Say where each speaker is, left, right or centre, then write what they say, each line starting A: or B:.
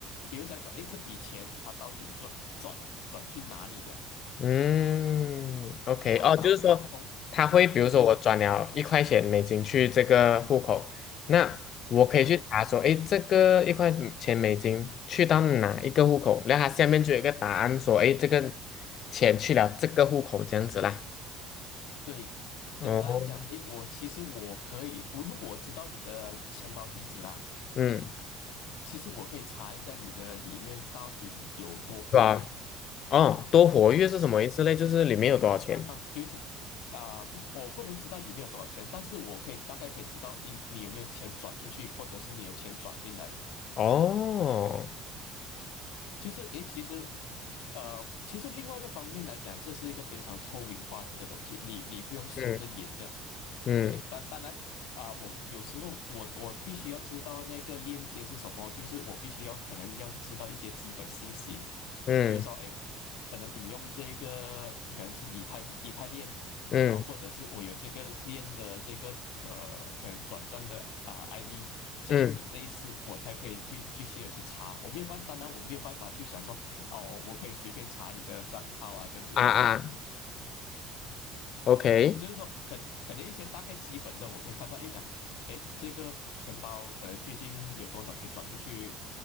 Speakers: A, on the left; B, on the left.
A: 比如想说，哎，这笔钱它到底转转转去哪里了
B: 嗯，OK，
A: 啊？
B: 哦，就是说他会，
A: 然后它从，
B: 比如说我转了一块钱美金去这个户口，
A: 嗯哼，
B: 那我可以去查说，
A: 对
B: 诶，这个一块钱美金去到哪一个户口，然后它下面就有一个答案说，诶，这个钱去了这个户口这样子啦。
A: 对，
B: 哦，
A: 简单讲，哎，我其实我可以，我如果我知道你的钱包地址啦，
B: 嗯，
A: 其实我可以查一下你的里面到底有多活跃。
B: 是吧？哦，多活跃是什么意思嘞？就是里面有多少钱？
A: 啊，啊就是啊，不，我不能知道里面有多少钱，但是我可以大概可以知道你你有没有钱转出去，或者是你有钱转进来。
B: 哦，
A: 就是诶，其实呃，其实另外一个方面来讲，这是一个非常透明化的一个东西，你你不用收着掖着。
B: 嗯嗯
A: 对，当当然啊，我有时候我我必须要知道那个链接是什么，就是我必须要可能要知道一些基本信息，
B: 嗯
A: 比如说诶。可能你用这个可能是以太以太链。
B: 嗯
A: 然后或者是我有这个链的这个呃，可能转账的啊、ID，这样子类似，
B: 嗯
A: 我才可以去继续的去查。我没有办法当然我没有办法去想说，哦，我可以随便查你的账号啊，这样子的。
B: 啊啊，OK，
A: 就是说，可可能一些大概基本的，我可以看到，哎，讲，哎，这个钱包可能最近有多少钱转出去，